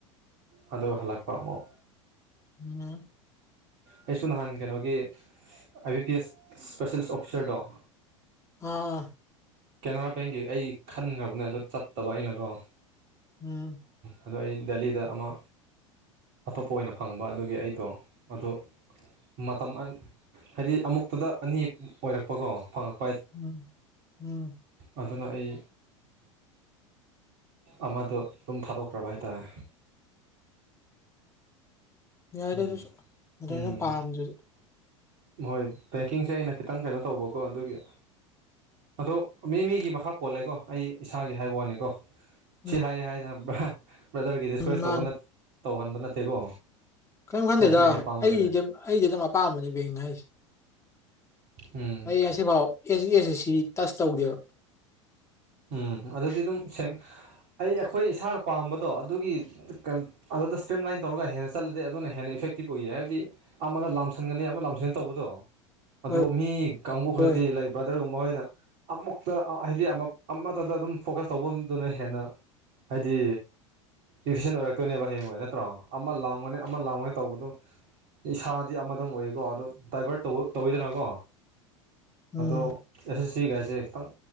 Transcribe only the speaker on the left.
ꯎꯝ
ꯑ
ꯎꯝ
ꯎꯝ ꯎꯝ
ꯌꯥꯏꯗ
ꯑꯗꯨꯁꯨ ꯑꯗꯨ
ꯑꯩꯅ ꯄꯥꯝꯗꯨ
ꯎꯝ
ꯎꯝ ꯃꯥꯅꯤ
ꯀꯔꯤꯝ ꯈꯟꯗꯦꯗ
ꯑꯩꯗ ꯑꯩꯗꯤ ꯑꯗꯨꯝ ꯑꯄꯥꯝꯕꯅꯦ ꯕꯦꯡꯅ ꯍꯥꯏꯁꯦ
ꯑꯩ ꯉꯁꯤꯐꯥꯎ ꯑꯦ ꯑꯦꯁ ꯑꯦ ꯁꯤ ꯇꯁ ꯇꯧꯗꯦꯕ
ꯑꯣꯏ
ꯑꯣꯏ
ꯎꯝ